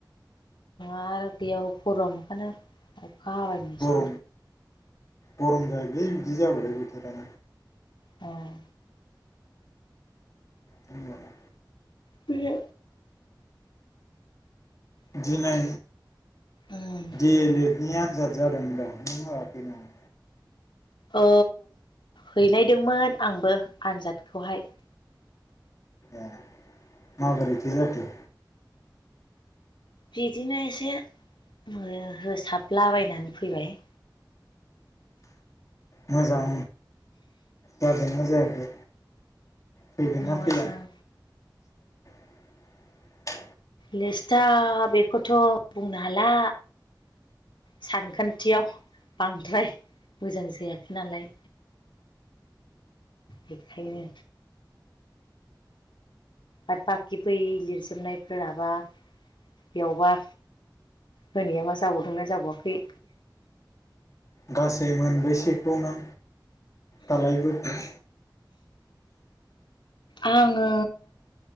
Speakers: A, on the left (about 85°); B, on the left (about 45°).
A: आरो बेयाव गर'म मोनखानो अखा हाबायनोसै
B: गरम गरम जायोलै बिदि जाबाथाय बोथोरा
A: औ
B: जोंनियाना।
A: बे
B: दिनै
A: उम
B: दि एलएड नि आन्जाद जादों होनदों आं नों होआखै नामा
A: औ हैनायदोंमोन आंबो आनजादखौहाय
B: ए माबोरैथो जाखो
A: बिदिनो एसे हो-होसाबलाबायनानै फैबाय
B: मोजां जादों ना जायाखै फैगोन ना
A: मोजां
B: फैया <unintelligible>
A: लेस्टा बेखौथ' बुंनो हाला सानखान्थियाव बांद्राय मोजां जायाखै नालाय बेखायनो बट बाखि बै लिरजोबनायफोराबा बेयावबा होनायाबा जाबावदोंना जाबावाखै
B: गासै मोनब्रैसेखौ नां दालायबोखो
A: आङो